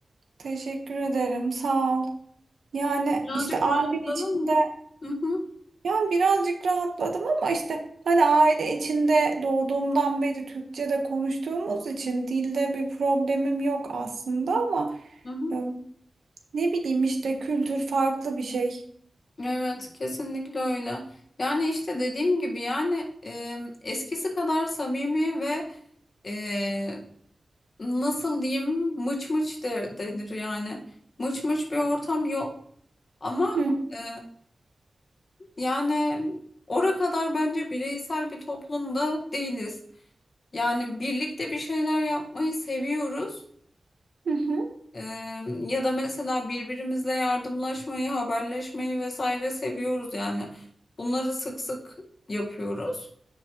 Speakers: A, on the right (about 75°); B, on the left (about 50°).
A: Teşekkür ederim. Sağ ol. Yani
B: Birazcık
A: işte aile
B: rahatladın
A: içinde
B: mı? Hı hı,
A: Yani birazcık rahatladım ama işte hani aile içinde doğduğumdan beri Türkçe'de konuştuğumuz için dilde bir problemim yok aslında ama
B: hı hı.
A: e, ne bileyim işte kültür farklı bir şey.
B: Evet, kesinlikle öyle. Yani işte dediğim gibi yani e, eskisi kadar samimi ve e, nasıl diyeyim mıç mıç de, denir yani. Mıç mıç bir ortam yok. Ama
A: Hı
B: e, yani ora kadar bence bireysel bir toplumda değiliz. Yani birlikte bir şeyler yapmayı seviyoruz.
A: hı. hı.
B: Ee, ya da mesela birbirimizle yardımlaşmayı, haberleşmeyi vesaire seviyoruz yani. Bunları sık sık yapıyoruz.